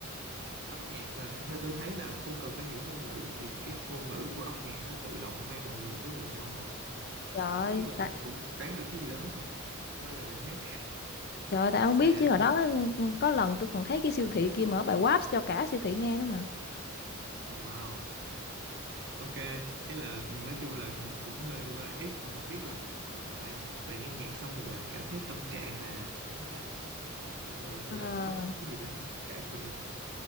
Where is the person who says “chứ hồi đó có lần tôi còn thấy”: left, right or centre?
Left